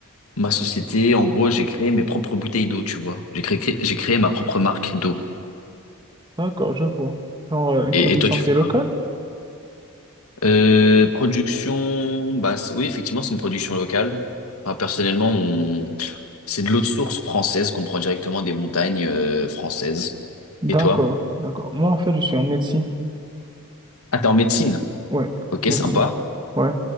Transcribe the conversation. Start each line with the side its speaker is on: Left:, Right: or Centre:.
Left: Ma société, en gros, j'ai créé mes propres bouteilles d'eau, tu vois. J'ai créé, j'ai créé ma propre marque d'eau.
Right: D'accord, je vois. Genre euh, une
Left: Et,
Right: production
Left: et toi, tu
Right: qui
Left: fais
Right: est
Left: quoi?
Right: locale?
Left: Euh, production, bah c'est- oui, effectivement, c'est une production locale. Enfin, personnellement, on... c'est de l'eau de source française qu'on prend directement des montagnes euh, françaises.
Right: D'accord,
Left: Et toi?
Right: d'accord. Moi en fait, je suis en médecine.
Left: Ah, t'es en médecine.
Right: Ouais,
Left: Ok,
Right: médecine.
Left: sympa.
Right: Ouais.